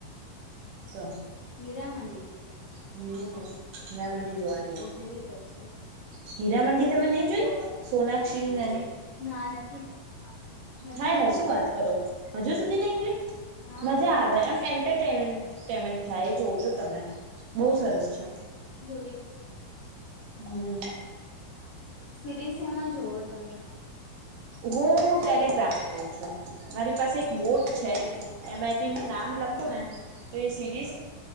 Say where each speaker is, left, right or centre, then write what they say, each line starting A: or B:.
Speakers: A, on the right; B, on the left.
A: તો
B: હીરામંડી
A: હમ ના મડી જોવાની મળ
B: જો પડશે
A: હીરા મંડી તમે નહી જોઈ સોનાક્ષી એની
B: ના નથી નથી
A: હા હે
B: જોઈ
A: શું વાત કરો? હજુ સુધી નઈ ગઈ
B: હા
A: મજા આવે એમ એન્ટરટેમે પેમેન્ટ થાય એ જોવ છો તમે બહુ સરસ છે
B: જુ
A: હમ
B: સિરીઝ એમાં જોવો તમે
A: હું તેલગ્રામમાં જઉં છું મારી પાસે એક બોટ
B: ટેલિગ્રામ
A: છે એમાંથી હું નામ લખું
B: હમ
A: ને તો એ સિરીઝ